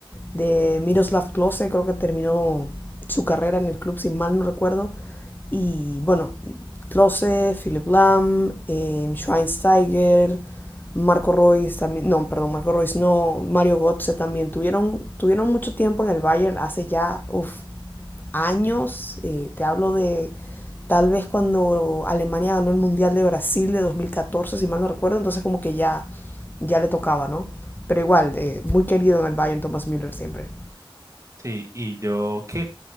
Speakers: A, on the left (about 20°); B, on the right (about 35°).
A: de Miroslav Klose, creo que terminó su carrera en el club, si mal no recuerdo. Y bueno, Klose, Philip Lahm eh, Schweinsteiger, Marco Reus también, no, perdón, Marco Reus no, Mario Götze también, tuvieron, tuvieron mucho tiempo en el Bayern, hace ya uf, años, eh, te hablo de tal vez cuando Alemania ganó el Mundial de Brasil de 2014 si mal no recuerdo, entonces como que ya, ya le tocaba, ¿no? Pero igual, eh, muy querido en el Bayern Thomas Müller siempre.
B: Sí, y yo que